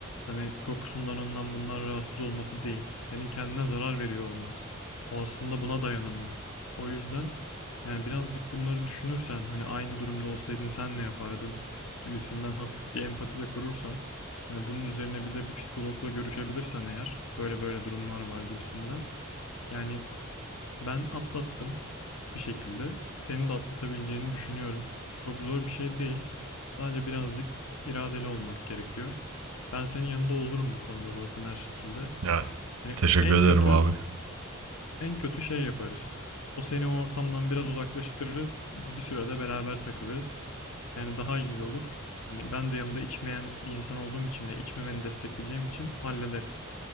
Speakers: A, on the left; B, on the right.
A: hani kokusundan ondan bundan rahatsız olması değil. Senin kendine zarar veriyor olman. O aslında buna dayanamıyor. O yüzden yani birazcık bunları düşünürsen hani aynı durumda olsaydın sen ne yapardın gibisinden hafif bir empati de kurursan Hani bunun üzerine bir de bir psikologla görüşebilirsen eğer böyle böyle durumlar var gibisinden. Yani ben atlattım bir şekilde. Senin de atlatabileceğini düşünüyorum. Çok zor bir şey değil. Sadece birazcık iradeli olmak gerekiyor. Ben senin yanında olurum bu konuda zaten her şekilde.
B: Ya,
A: Hani
B: teşekkür
A: en
B: ederim
A: kötü
B: abi.
A: en kötü şey yaparız. O seni o ortamdan biraz uzaklaştırırız. Bir sürede beraber takılırız. Yani daha iyi olur. Hani ben de yanında içmeyen bir insan olduğum için ve içmemeni destekleyeceğim için hallederiz.